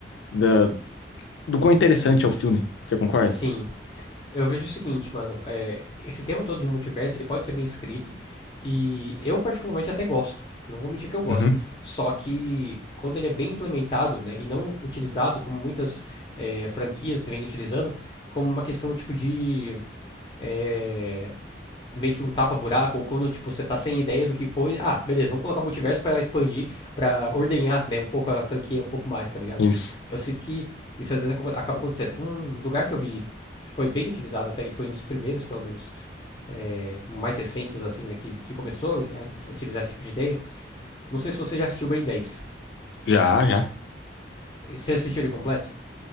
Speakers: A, on the left; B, on the left.
A: da- do quão interessante é o filme. Você concorda?
B: Sim, Eu vejo o seguinte, mano, é, esse tema todo de multiverso, ele pode ser bem escrito e eu particularmente até gosto. Não vou mentir que eu gosto.
A: Uhum.
B: Só que quando ele é bem implementado, né, e não utilizado como muitas é, franquias vêm utilizando, como uma questão tipo de é, meio que um tapa-buraco, ou quando, tipo, você tá sem ideia do que foi ah, beleza, vamos colocar multiverso pra expandir, pra ordenhar, né, um pouco a franquia, um pouco mais, tá ligado?
A: Isso.
B: Eu sinto que isso às vezes aco- acaba acontecendo. Um lugar que eu vi que foi bem utilizado até, e foi um dos primeiros, pelo menos, é, mais recentes, assim, né, que, que começou a utilizar esse tipo de ideia, não sei se você já assistiu o Ben dez
A: Já, já.
B: Você assistiu ele completo?